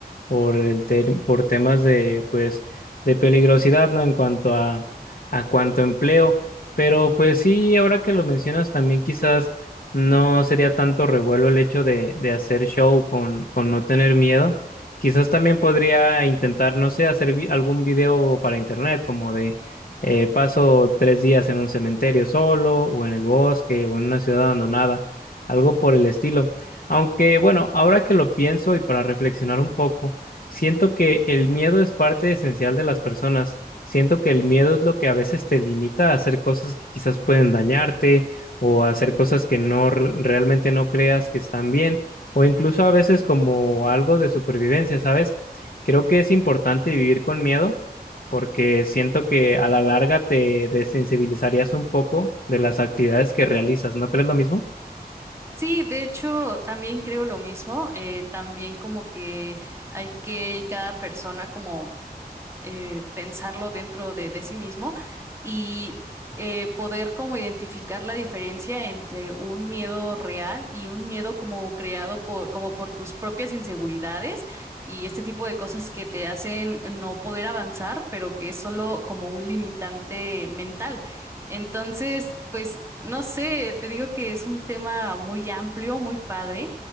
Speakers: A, on the left (about 60°); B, on the right (about 15°).
A: por el ter- por temas de, pues, de peligrosidad, ¿no? En cuanto a, a cuanto a empleo. Pero pues sí, ahora que lo mencionas también quizás no sería tanto revuelo el hecho de, de hacer show con, con no tener miedo. Quizás también podría intentar, no sé, hacer vi- algún video para internet, como de eh, paso tres días en un cementerio solo, o en el bosque, o en una ciudad abandonada, algo por el estilo. Aunque bueno, ahora que lo pienso y para reflexionar un poco, siento que el miedo es parte esencial de las personas. Siento que el miedo es lo que a veces te limita a hacer cosas que quizás pueden dañarte o hacer cosas que no r- realmente no creas que están bien, o incluso a veces como algo de supervivencia, ¿sabes? Creo que es importante vivir con miedo porque siento que a la larga te desensibilizarías un poco de las actividades que realizas, ¿no crees lo mismo?
B: Sí, de hecho, también creo lo mismo. eh, también como que hay que cada persona como eh, pensarlo dentro de, de sí mismo y eh, poder como identificar la diferencia entre un miedo real y un miedo como creado por, como por tus propias inseguridades y este tipo de cosas que te hacen no poder avanzar, pero que es solo como un limitante mental. Entonces, pues, no sé, te digo que es un tema muy amplio, muy padre.